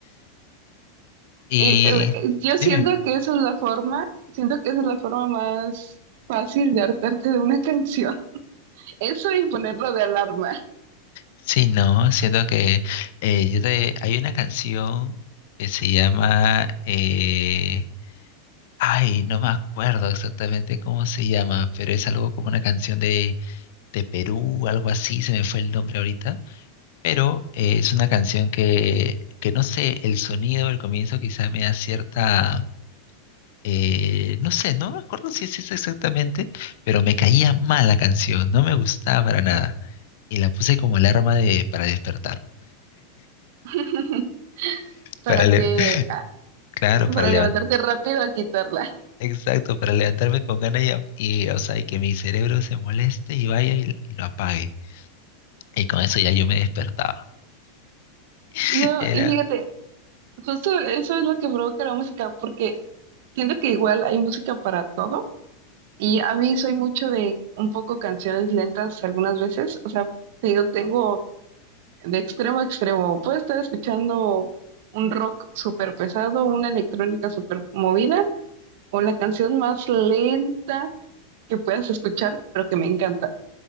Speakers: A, on the left; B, on the right.
A: Y
B: y, eh, eh, yo siento
A: dime,
B: que eso es la forma, siento que esa es la forma más fácil de hartarte de una canción, <laughs> eso y ponerlo de alarma.
A: sí, no, siento que eh, yo te- hay una canción que se llama, eh, ay, no me acuerdo exactamente cómo se llama, pero es algo como una canción de Perú, algo así, se me fue el nombre ahorita, pero eh, es una canción que, que no sé, el sonido del comienzo quizá me da cierta, eh, no sé, no me acuerdo si es eso exactamente, pero me caía mal la canción, no me gustaba para nada, y la puse como alarma de, para despertar,
B: <laughs> para
A: para le-
B: que,
A: <laughs>
B: ah,
A: claro, para
B: para
A: levantar.
B: levantarte rápido a quitarla.
A: Exacto, para levantarme con ganas y, a- y, o sea, y que mi cerebro se moleste y vaya y y lo apague. Y con eso ya yo me despertaba. <laughs>
B: No,
A: Era,
B: y fíjate, justo eso es lo que provoca la música, porque siento que igual hay música para todo, y a mí soy mucho de un poco canciones lentas algunas veces, o sea, te digo, tengo de extremo a extremo, puedo estar escuchando un rock súper pesado, una electrónica súper movida, o la canción más lenta que puedas escuchar, pero que me encanta.